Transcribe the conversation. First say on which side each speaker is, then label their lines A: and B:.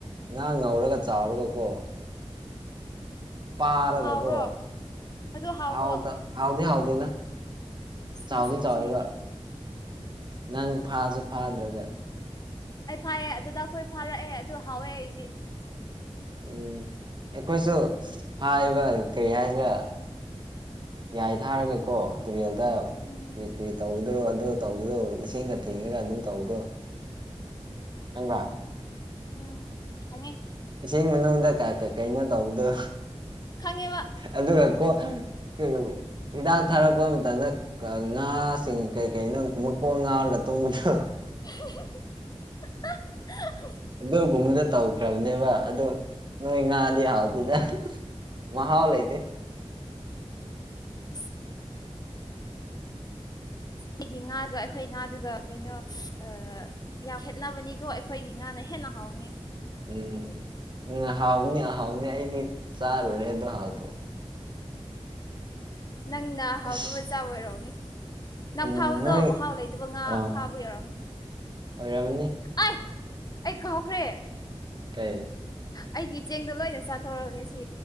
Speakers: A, on the right (about 45°); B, on the left (about 35°).
A: ꯉꯥ ꯉꯧꯔꯒ ꯆꯥꯎꯔꯒ ꯀꯣ ꯄꯥꯔꯒꯀꯣ
B: ꯍꯥꯎꯕ꯭ꯔꯣ ꯑꯗꯣ ꯍꯥꯎꯕ꯭ꯔꯣ
A: ꯍꯥꯎꯇ ꯍꯥꯎꯗ ꯍꯥꯎꯗꯦꯗ
B: ꯑꯁ
A: ꯆꯥꯎꯥꯎꯗ
B: ꯃꯆꯤꯟ
A: ꯆꯥꯎꯥꯎꯋꯦꯕ
B: ꯊꯤꯔꯤꯗꯤ
A: ꯅꯪ ꯐꯥꯁꯨ ꯐꯥꯗ꯭ꯔꯒ
B: ꯑꯩ ꯐꯥꯏꯌꯦ ꯑꯗꯨꯗ ꯑꯩꯈꯣꯏ ꯐꯥꯔꯛꯑꯦ ꯑꯗꯨ ꯍꯥꯎꯋꯦ ꯑꯩꯗꯤ
A: ꯎꯝ ꯑꯩꯈꯣꯏꯁꯨ ꯐꯥꯏꯕ ꯀꯔꯤ ꯍꯥꯏꯁꯤꯅ ꯌꯥꯏ ꯊꯥꯔꯒꯀꯣ ꯇꯨꯔꯦꯜꯗ
B: ꯎꯝ
A: ꯀꯔꯤ ꯀꯔꯤ ꯇꯧꯒꯗꯔꯣ ꯑꯗꯣ ꯇꯧꯕꯗꯣ ꯏꯁꯤꯡꯒ ꯊꯦꯡꯉꯒ ꯑꯗꯨꯝ ꯇꯧꯕꯗꯣ ꯈꯪꯕ꯭ꯔꯥ
B: ꯎꯝ ꯈꯪꯉꯤ
A: ꯏꯁꯤꯡ ꯃꯅꯨꯡꯗ ꯀꯩꯅꯣ ꯇꯧꯗꯣ
B: ꯈꯪꯉꯦꯕ
A: ꯑꯗꯨꯒ ꯀꯣ ꯀ ꯍꯤꯗꯥꯛ ꯊꯥꯔꯛꯄ ꯃꯇꯝꯗ ꯉꯥꯁꯤꯡ ꯀꯩ ꯀꯩꯅ ꯃꯀꯣꯛ ꯉꯥꯎꯔꯒ ꯇꯨꯝꯕꯗꯣ
B: <unintelligible>
A: ꯑꯗꯨꯒꯒꯨꯝꯕꯗ ꯇꯧꯈ꯭ꯔꯕꯅꯦꯕ ꯑꯗꯨ ꯅꯣꯏ ꯉꯥꯗꯤ ꯍꯥꯎꯗꯦꯗ ꯃꯥꯥ ꯍꯜꯥꯏꯗꯤ
B: ꯑ ꯑꯩꯒꯤ ꯉꯥꯒ ꯑꯩꯈꯣꯏ ꯉꯥꯗꯨꯒ ꯀꯩꯅꯣ ꯑ ꯌꯥꯝ ꯈꯦꯠꯅꯕꯅꯤꯀꯣ ꯑꯩꯈꯣꯏꯒꯤ ꯉꯥꯅ ꯍꯦꯟꯅ ꯍꯥꯎꯅꯤ
A: ꯎꯝ ꯎꯝ ꯍꯥꯎꯅꯤ ꯍꯥꯎꯅꯤ ꯑꯩꯗꯤ ꯆꯥꯔꯨꯔꯦ ꯑꯗꯨꯣ ꯍꯥꯎꯗꯦ
B: ꯅꯪꯅ
A: ꯑꯁ
B: ꯍꯥꯎꯗꯨꯖꯥ ꯑꯣꯏꯔꯣꯅꯦ ꯅꯪ
A: ꯎꯝ
B: ꯐꯥꯕꯗꯣ
A: ꯅꯣꯏ
B: ꯃꯍꯥꯎ ꯂꯩꯗꯨꯕ ꯉꯥ
A: ꯑꯥ
B: ꯐꯥꯕ ꯌꯧꯔꯝꯅꯤ
A: ꯑꯣꯏꯔꯝꯅꯤ
B: ꯑꯩ ꯑꯩ ꯈꯪꯍꯧꯈ꯭ꯔꯦ
A: ꯀ
B: ꯑꯩꯒꯤ ꯆꯦꯡꯗꯣ ꯂꯣꯏꯅ ꯆꯥꯊꯣꯔꯔꯕꯅꯤ ꯁꯤ